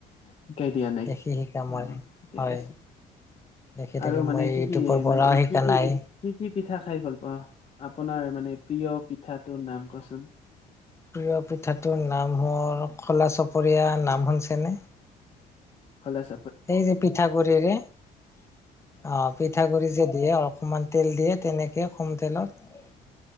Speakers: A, on the left; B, on the left.
A: শিকাই দিয়া নাই
B: দেখি শিকা মই
A: অ', ঠিকে
B: হয়
A: আছে।
B: দেখি
A: আৰু
B: দেখি
A: মানে
B: মই
A: কি
B: ইউটিউবৰ
A: কি
B: পৰাও
A: মানে এই
B: শিকা
A: কি কি
B: নাই।
A: কি কি পিঠা খাই ভাল পা আপোনাৰ মানে প্ৰিয় পিঠাটোৰ নাম কচোন।
B: প্ৰিয় পিঠাটোৰ নাম হ'ল খোলা চপৰীয়া নাম শনছেনে?
A: খলাচ
B: এই যে পিঠা গুৰিৰে অ' পিত ঠাগুড়ি যে দিয়ে অকণমান তেল দিয়ে তেনেকৈ কম তেলত